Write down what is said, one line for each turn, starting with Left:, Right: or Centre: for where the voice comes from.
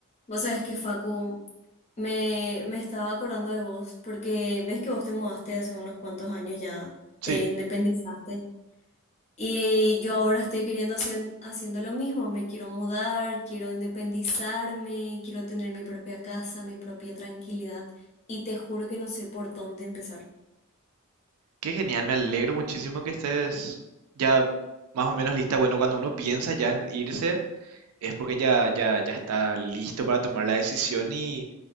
Left: Vos sabés que Facu, me, me estaba acordando de vos, porque ves que vos te mudaste hace unos cuantos años ya,
Right: Sí,
Left: te independizaste. Y yo ahora estoy queriendo hacer, haciendo lo mismo, me quiero mudar, quiero independizarme, quiero tener mi propia casa, mi propia tranquilidad. Y te juro que no sé por dónde empezar.
Right: qué genial, me alegro muchísimo que estés ya más o menos lista. Bueno, cuando uno piensa ya en irse, es porque ya, ya, ya está listo para tomar la decisión y,